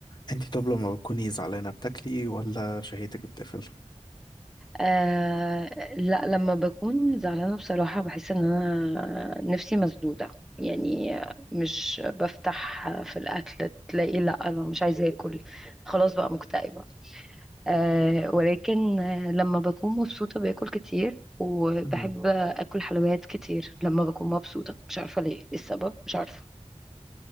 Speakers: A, on the left (about 35°); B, in the centre.
A: أنت طب لما بتكوني زعلانة بتاكلي ولا شهيتك بتقفل؟
B: آه لا لما بكون زعلانة بصراحة بحس ان انا نفسي مسدودة يعني مش بفتح في الاكل تلاقي لا انا مش عايزة اكل خلاص بقى مكتئبة آه ولكن آه، لما بكون مبسوطة باكل كتير وبحب
A: مم.
B: اكل حلويات كتير لما بكون مبسوطة مش عارفة ليه إيه السبب مش عارفة